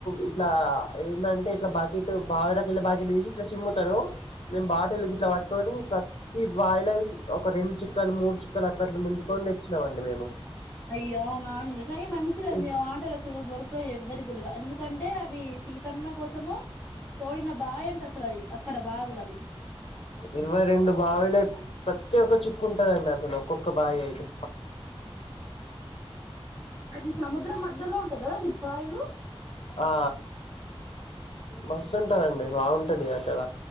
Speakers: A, on the left; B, on the left.
A: ఇట్లా ఎందంటే ఇట్ల బాకీటు బావులకెళ్ళి బాకీట్ దీసి ఇట్ల చిమ్ముతరు. రూ మేము బాటళ్ళు గిట్ల పట్టుకొని ప్రతీ బాయిలయ్ ఒక రెండు చుక్కలు మూడు చుక్కలట్ల అట్ల నింపుకోని దెచ్చినమండి మేము.
B: అయ్యో అవునా అండి కనీ మంచిదండి
A: ఇ
B: ఆ వాటరసలు దొరక్ క ఎవ్వరీ గుండుగ, ఎందుకంటే అవి సీతమ్మ కోసము తోడిన బాయ్ అంటసలు అది అక్కడ బావులు అవి
A: ఇరువై రెండు బావులయ్ ప్రత్తి ఒక్క చుక్కు ఉంటదండి అందులో ఒక్కొక్క బాయియయితే
B: అవునా అండి అది సముద్రం మధ్యలో ఉంటయి గదండి బాయిలు?
A: ఆ, మస్తుంటదండి బాగుంటది అక్కడ.